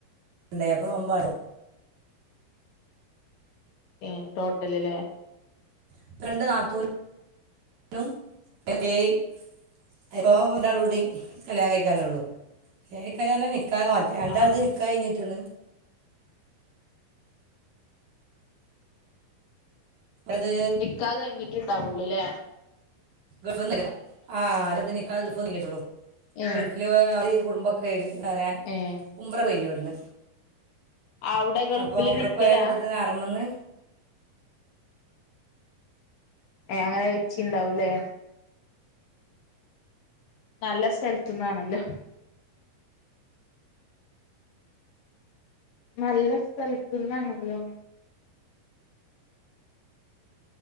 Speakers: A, on the right (about 55°); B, on the left (about 65°).
A: ഉണ്ടായി അപ്പോ <unintelligible>
B: ഏ ടോട്ടലല്ലേ
A: ഇപ്പോ രണ്ട് നാത്തൂനും <unintelligible> ഒരാളൂടി കല്യാണം കഴിക്കാനുള്ളൂ ക കഴിക്കാൽ നിക്കാഹ് മറ്റേ രണ്ടാളുടേത്
B: ആഹ്
A: നിക്കാഹ് കഴിഞ്ഞിട്ടാണ് അത്
B: നിക്കാത കഴിഞ്ഞിട്ടുണ്ടാവുള്ളൂല്ലേ
A: എ ആ അന്തന്ന് കേട്ടുള്ളൂ
B: ഏഹ്
A: ഗൾഫിൽ <unintelligible> ക വേറെ
B: ഏഹ്
A: ഉുമ്പ്രക്കഴഞ്ഞ ഇവിട്ന്ന്.
B: അവിടെ ഗൾഫില്
A: അപ്പൊ ഉംറക്ക്
B: നിക്കലാ
A: പോയ കൂട്ടത്തിൽ നിന്ന് ഹറാം ന്ന്
B: ഏ അങ്ങനെ വെച്ചിണ്ടാവൂല്ലേ നല്ല സ്ഥലത്തന്നാണല്ലോ നല്ല സ്ഥലത്തുന്നണല്ലോ